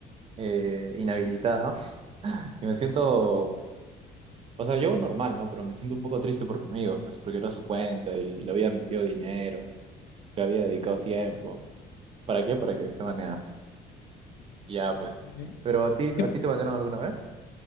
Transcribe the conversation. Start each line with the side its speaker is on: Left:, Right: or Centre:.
Right: eh, inhabilitada. <laughs> Y me siento, o sea, yo normal, ¿no? Pero me siento un poco triste por mi amigo, pues porque era su cuenta y le había metido dinero, le había dedicado tiempo. ¿Para qué? Para que se baneara. Y Ya,
Left: Pero,
Right: pues.
Left: de ahí,
Right: ¿Pero a ti,
Left: ¿Y qué,
Right: a ti te banearon alguna vez?